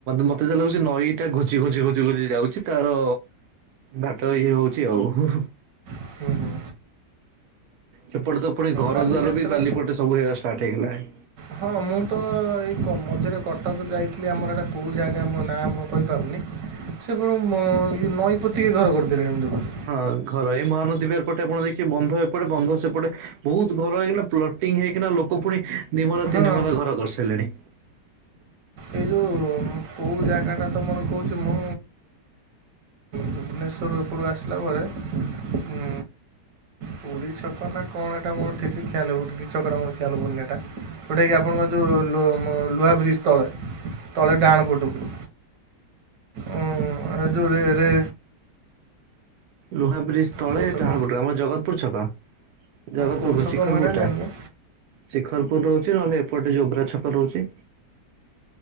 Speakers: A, on the right; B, on the right.
A: ମତେ ଯାହା ଲାଗୁଛି ନଈଟା ଘୁଞ୍ଚି ଘୁଞ୍ଚି ଘୁଞ୍ଚି ଘୁଞ୍ଚି ଯାଉଛି। ତାର ଘାଟ ଇଏ ହଉଛି ଆଉ।
B: ହୁଁ।
A: ସେପଟେ ତ ପୁଣି ଘର
B: ବାଲିଯାତ୍ରା
A: ଦ୍ୱାର ବି ବାଲିପଟେ ସବୁ ହେଇବା ଷ୍ଟାର୍ଟ ହେଇଗଲାଣି।
B: ହଁ- ମୁଁ ତ ଏଇ ମଝିରେ କଟକ ଯାଇଥିଲି, ଆମର ଏଇଟା କୋଉ ଜାଗା ମୋ ନା ମୁଁ କହିପାରୁନି ସେପ ଇଏ ନଈପୋତିକି ଘର କରିଦେଲେଣି। <unintelligible>
A: ହଁ ଘର ଏଇ ମହାନଦୀ ବିହାର ପଟେ ଆପଣ ଦେଖିବେ, ବନ୍ଧ ଏପଟେ ବନ୍ଧ ସେପଟେ ବହୁତ ଘର ହେଇକିନା ପ୍ଲଟ ପ୍ଲଟିଂ ହେଇକିନା ଲୋକ ପୁଣି ଦି ମହଲା ତିନି
B: ହଁ।
A: ମହଲା ଘର କରିସାରିଲେଣି।
B: ଏ ଯୋଉ କୋଉ ଜାଗାଟା ତମର କହୁଛି ମୁଁ, ଭୁବନେଶ୍ୱର <unintelligible> ଆସିଲା ପରେ ଉଁ ପୁରୀ ଛକ ନା କଣ ଏଇଟା ମୋର ଠିକ୍ ସେ ଖେୟାଲ୍ ପଡୁନି। କି ଛକଟା ମୋର ଖ୍ୟାଲ ପଡୁନି ଏଇଟା, ଯୋଉଟାକି ଆପଣଙ୍କ ଯୋଉ <unintelligible> ଲୁହା ବ୍ରିଜ। ତଳେ, ତଳେ ଡାହାଣ ପଟକୁ। ଏ ଯୋଉ ରେ ରେ
A: ଲୁହାବ୍ରିଜ ତଳେ
B: କେଉଁ ଛକ
A: ଡ଼ାହାଣ ପଟରେ, ଆମ ଜଗତପୁର ଛକ। ଜଗତପୁର
B: କେଉଁ ଛକ
A: ଶିଖରପୁରଟା।
B: ମୁଁ ଏଇଟା ଜାଣିନି
A: ଶିଖରପୁର ରହୁଛି, ନହେଲେ ଏପଟେ ଯୋବ୍ରା ଛକ ରହୁଛି।